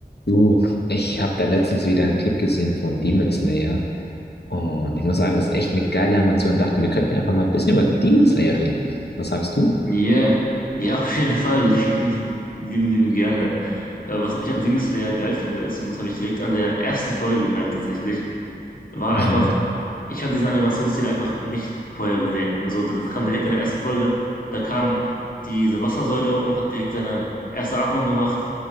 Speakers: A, on the left; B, on the left.
A: Du, ich habe da letztens wieder einen Clip gesehen von Demon Slayer und ich muss sagen, das ist echt eine geile Animation. Dachte, wir könnten ja einfach mal ein bisschen über Demon Slayer reden. Was sagst du?
B: Ja, Ja, <laughs> auf jeden Fall. <laughs> Lieben, lieben, lieben gerne. Äh, was ich an Demon Slayer geil finde, ist, und das habe ich direkt an der ersten Folge gemerkt tatsächlich, war
A: Mhm.
B: einfach, ich habe diesen Animationsstil einfach nicht vorher gesehen. Also das kam direkt in der ersten Folge. Da kam diese Wassersäule und hat direkt seine erste Atmung gemacht.